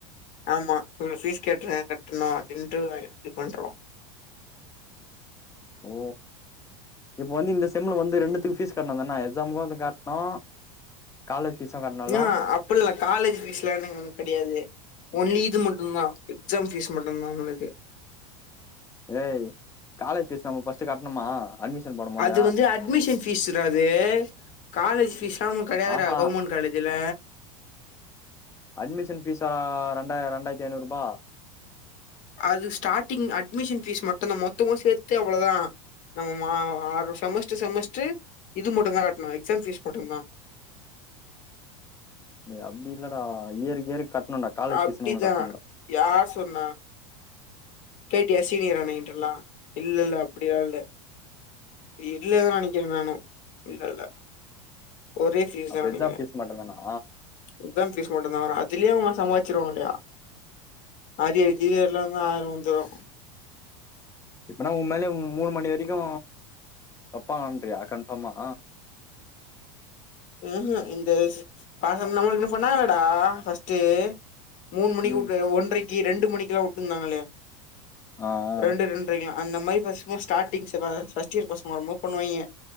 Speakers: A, on the left; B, on the left.
A: ஆமா இவ்ள ஃபீஸ் கெட்றேன் கெட்டுனு ரின்ட்டு வாங்கி இது பண்றோ
B: ஓ இப்ப வந்து இந்த செம்ல வந்து ரெண்டுத்துக்கு
A: ம்
B: பீஸ் கட்னு தான சம்க்கு வந்து கட்னோ காலேஜ் ஃபீஸு கட்ணுல்ல
A: நா அப்புல்ல காலேஜ் ஃபீஸ்லன நமக் கெடையாது ஒன்லி இது மட்டுந்தா எக்ஸாம் ஃபீஸ் மட்டுந்தா உங்ளுக்கு
B: ஏய் காலேஜ் ஃபீஸ் நம்ம பஸ்ட்டு கட்ணுமா அட்மிஷன் போடும் போது
A: அது வந்து அட்மிஷன் ஃபீஸுடா அது காலேஜ் ஃபீஸ்லா நமு கடையாதுடா
B: ஆஹா
A: கவுர்மெண் காலேஜுல
B: அட்மிஷன் பீஸாடா ரெண்டா ரெண்டாய்ர்த்தி ஐநூருபா
A: அது ஸ்டாடிங் அட்மிஷன் ஃபீஸ் மட்டுந்தா மொத்தமு சேத்து அவ்ளதா நம்ம மா ஆறு செமஸ்ட்டு செமஸ்ட்டு இது மட்டுந்தா கட்ணு எக்ஸாம் ஃபீஸ் மட்டுந்தா
B: எ அப்டி இல்லடா இயர்கு இயரு கட் ணுண்டா காலேஜ் ஃபீஸ்னு
A: அப்டிதா
B: ஒண்ணு கட்ணுடா
A: யார் சொன்னா கேட்டியா சீனியர் அண்ண கிட்டல்லா இல்லல்ல அப்டிலா இல்ல இல்ல நணிக்கிற நானு இல்லல்ல ஒரே ஃபீஸ்
B: அப்ப
A: தா நனைக்கிற
B: எக்ஸாம் ஃபீஸ் மட்டுந்தானா
A: எக்ஸாம் ஃபீஸ் மட்டுந்தா வரு அதுல்யு அவுங்லா சமாச்சிருவாங்கலையா அரியர் இக்கிது எல்லாந்தா ஆறு வந்துரு
B: இப்பனா உம்மேல்யு மூணு மணி வரைக்கு வப்பாங்கன்றியா கன்ஃபாமா
A: அஹ இந்த பாகம் நம்ளுக்மே பணணாங்கடா ஃபஸ்ட்டு மூண் மணிக்கு
B: ம்
A: உட்டு ஒன்றைக்கு ரெண்டு மணிக்குலா உட்டுந்தாங்கலே
B: ஆ ஆ
A: ரெண்டு ரெண்ரைக்குலா அந்த மாரி பஸ்மா ஸ்டாட்டிங்ஸ் எதாது ஃபர்ஸ்ட் இயர் பசங்க வருமோது பண்ணுவாய்ங்க